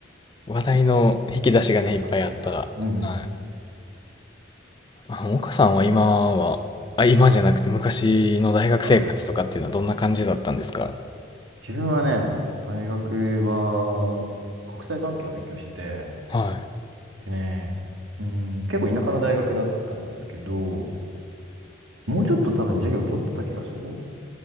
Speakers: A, on the left; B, on the right.
A: 話題の引き出しがね、
B: なる可能性がある。
A: いっぱいあったら。は
B: うんうん。
A: い。あ、岡さんは今は、あ、今じゃなくて昔の大学生活とかっていうのはどんな感じだったんですか
B: うんうん。自分はね、大学は国際関係を勉強してて、
A: は
B: でね、うん、結構田舎の大学だったんですけど、もうちょっと多分授業取ってた気がする。